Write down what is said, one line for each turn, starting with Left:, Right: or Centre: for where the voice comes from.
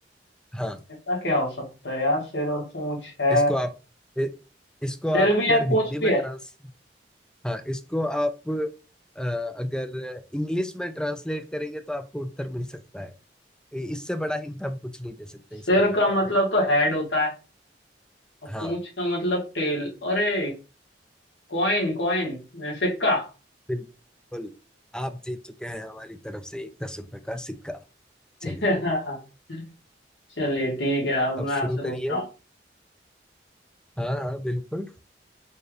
Centre: हाँ
Left: ऐसा क्या हो सकता है यार सिर और पूंछ है
Centre: इसको आप इ, इसको
Left: सिर
Centre: आप
Left: भी
Centre: अगर
Left: यार पूंछ
Centre: हिंदी
Left: भी
Centre: में
Left: है
Centre: ट्रांस हाँ इसको आप अ, अगर इंग्लिश में ट्रांसलेट करेंगे तो आपको उत्तर मिल सकता है इ- इससे बड़ा हिंट हम कुछ नहीं दे सकते
Left: सिर
Centre: इसके व्यापार
Left: का मतलब
Centre: में
Left: तो हेड होता है और
Centre: हाँ
Left: पूंछ का मतलब टेल अरे कॉइन कॉइन सिक्का
Centre: बिल्कुल आप जीत चुके हैं हमारी तरफ से एक दस रुपए का सिक्का
Left: <laughs>
Centre: चलिए
Left: चलिए ठीक है अब
Centre: अब
Left: मैं आपसे
Centre: शुरू
Left: पूछता
Centre: करिए
Left: हूँ
Centre: हाँ हाँ बिल्कुल